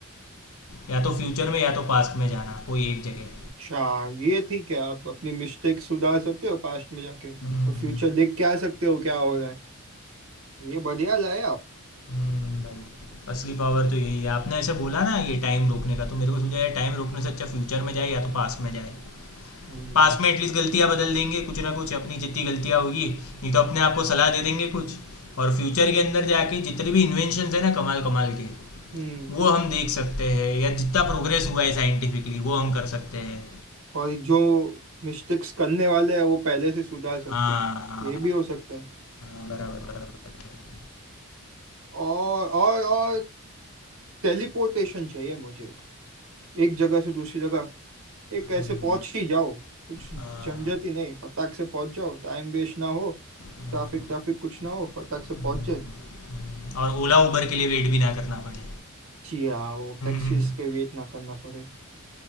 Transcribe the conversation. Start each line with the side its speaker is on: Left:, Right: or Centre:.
Left: या तो फ्यूचर में या तो पास्ट में जाना कोई एक जगह
Right: अच्छा ये ठीक है आप अपनी मिस्टेक सुधार सकते हो पास्ट में जाके
Left: हम्म,
Right: और फ्यूचर देख के आ सकते हो क्या हो रहा है ये बढ़िया लाए आप
Left: हम्म, भाई असली पावर तो यही है आपने ऐसे बोला ना ये टाइम रोकने का तो मेरे को सूझा यार टाइम रोकने से अच्छा फ्यूचर में जाए या तो पास्ट में जाए
Right: हम्म
Left: पास्ट में एटलीस्ट गलतियाँ बदल देंगे कुछ ना कुछ अपनी जितनी गलतियाँ होगी नहीं तो अपने आप को सलाह दे देंगे कुछ और फ्यूचर के अंदर जाके जितने भी इन्वेंशन है ना कमाल कमाल के
Right: हम्म
Left: वो हम देख सकते हैं या जितना प्रोग्रेस हुआ है साइंटिफिकली वो हम कर सकते हैं
Right: और जो मिस्टेक्स करने वाले हैं वो पहले से सुधार सकते
Left: हाँ
Right: हैं
Left: हाँ
Right: ये भी हो सकता है
Left: हाँ, बराबर बराबर
Right: और और और टेलीपोर्टेशन चाहिए मुझे एक, एक जगह से दूसरी जगह एक ऐसे
Left: हम्म,
Right: पहुंच ही जाओ कुछ झंझट
Left: हाँ,
Right: ही नहीं फटाक से पहुंच जाओ टाइम वेस्ट ना हो
Left: हम्म, हम्म,
Right: ट्रैफिक ट्रैफिक कुछ ना हो फटाक
Left: हम्म।
Right: से पहुंच जाए
Left: और ओला उबर के लिए वेट भी ना करना पड़े
Right: जी हाँ वो
Left: हम्म,
Right: टैक्सीज के वेट ना करना पड़े